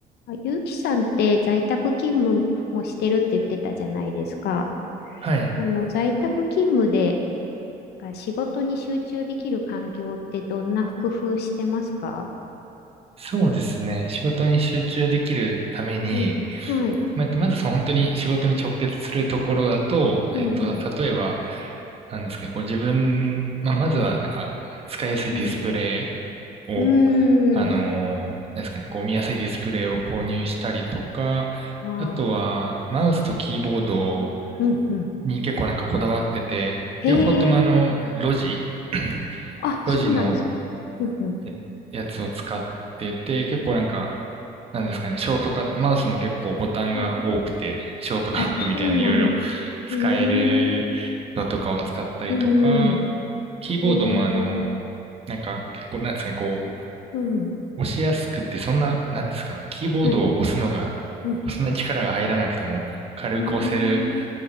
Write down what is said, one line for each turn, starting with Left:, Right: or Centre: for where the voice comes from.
Left: あ、ゆうきさんって在宅勤務もしてるって言ってたじゃないですか。
Right: はい。
Left: あの、在宅勤務でが仕事に集中できる環境ってどんな工夫してますか
Right: そうですね。仕事に集中できるために、
Left: うん。はい。
Right: まあえっとまずその本当に仕事に直結するところだと、
Left: うん、
Right: えっと、
Left: うん、
Right: 例えば、なんですかね、こう自分、まあ、まずはなんか使いやすいディスプレ
Left: うん。
Right: イを、
Left: うーん。
Right: あのーなんですかね、こう見やすいディスプレイを購入したりとか、
Left: ああ。
Right: あとはマウスとキーボード
Left: うん、うん。
Right: に結構なんかこだわってて、
Left: へえ。
Right: 両方ともあの、ロジ <clears throat>
Left: あ、そうなんですね。
Right: ロジ <coughs> の
Left: うん、うん。
Right: えやつを使ってて、結構なんか、なんですかね、ショートカット、
Left: そ
Right: マウスも結構ボタンが多くて、
Left: うん
Right: ショートカットみたいないろいろ
Left: あ、そうなんだ。うーん。
Right: 使えるのとかを使ったりとか、
Left: うーん。
Right: キーボードもあの、
Left: へえ。
Right: なんか結構なんですかね、こ
Left: うん。
Right: う、押しやすくってそんな、なんですか、キーボードを押すのが、
Left: はい。うん。
Right: そんな力が入らなくても軽く押せる
Left: うーん。